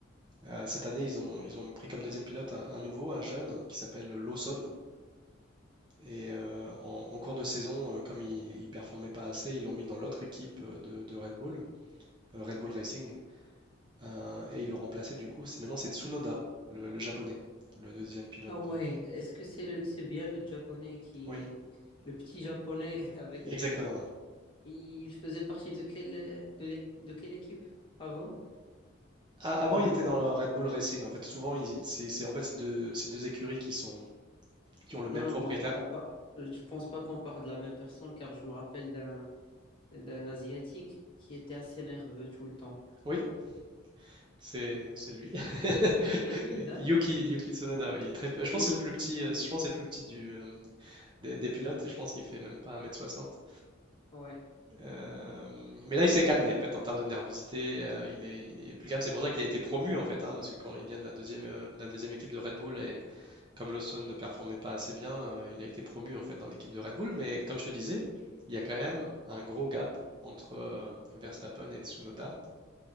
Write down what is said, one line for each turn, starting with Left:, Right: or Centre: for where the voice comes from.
Right: Euh, cette année, ils ont, ils ont pris comme deuxième pilote un, un nouveau, un jeune, qui s'appelle Lawson. Et euh, en, en cours de saison, euh, comme il ne performait pas assez, ils l'ont mis dans l'autre équipe euh, de, de Red Bull, euh, Red Bull Racing. Heu et ils l'ont remplacé du coup, c'est maintenant c'est Tsunoda, le le japonais, le deuxième pilote
Left: Ah ouais,
Right: de
Left: est-ce que c'est le, c'est bien le japonais qui,
Right: oui,
Left: le petit japonais <laughs> avec,
Right: exactement.
Left: euh, il faisait partie de quelle, euh, de, l'é- de quelle équipe avant?
Right: A avant,
Left: Euh,
Right: il était dans le Red Bull Racing, en fait. Souvent, ils c'est c'est en fait, c'est deux c'est 2 écuries qui sont qui ont le même
Left: non, non,
Right: propriétaire.
Left: donc on par- je pense pas qu'on parle de la même personne car je me rappelle d'un, d'un asiatique qui était assez nerveux tout le temps.
Right: Oui, c'est c'est lui.
Left: C'est
Right: <laughs>
Left: lui, d'accord.
Right: Yuki Yuki Tsunoda, oui, il est très je
Left: Yo,
Right: pense que c'est le plus petit, heu, je pense que c'est le plus petit du, hem, des des pilotes et je pense qu'il fait même pas un mètre soixante
Left: ouais.
Right: Euh, mais là, il s'est calmé en fait en termes de nervosité. euh, il est, il est plus calme. C'est pour ça qu'il a été promu en fait, hein, parce que quand il vient de la deuxième, euh, de la deuxième équipe de Red Bull et comme Lawson ne performait pas assez bien, euh, il a été promu en fait dans l'équipe de Red Bull. Mais comme je te disais, il y a quand même un gros gap entre euh, Verstappen et Tsunoda.